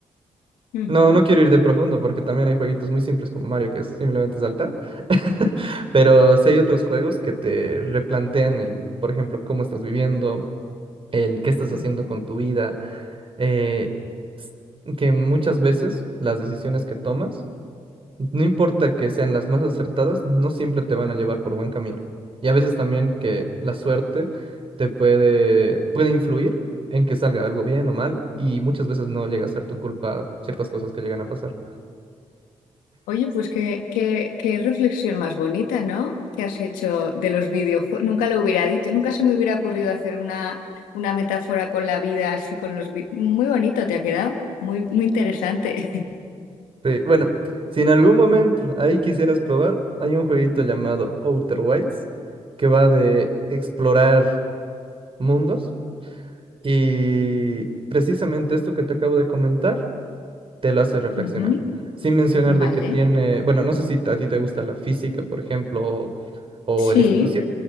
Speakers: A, on the left; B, on the right.
A: Ujú,
B: No, no quiero ir de profundo porque también hay jueguitos muy simples como Mario que es simplemente saltar. <laughs> Pero sí hay otros juegos que te replantean el, por ejemplo, cómo estás viviendo, el qué estás haciendo
A: ujú.
B: con tu vida. eh, s- que muchas veces las decisiones que tomas, no importa que sean las más acertadas, no siempre te van a llevar por buen camino. Y a veces también que la suerte te puede, puede influir en que salga algo bien o mal, y muchas veces no llega a ser tu culpa ciertas cosas que llegan a pasar.
A: Oye, pues qué, qué, qué reflexión más bonita, ¿no? Que has hecho de los videojuegos. Nunca lo hubiera dicho, nunca se me hubiera ocurrido hacer una, una metáfora con la vida así con los... vi- Muy bonito te ha quedado, muy, muy interesante.
B: Sí, bueno, si en algún momento ahí quisieras probar, hay un jueguito llamado Outer Wilds que va de explorar mundos. Y precisamente esto que te acabo de comentar te lo hace reflexionar.
A: <laughs> Ujú,
B: Sin mencionar
A: Vale,
B: de que tiene, bueno, no sé si a ti te gusta la física, por ejemplo, o
A: sí,
B: el espacio,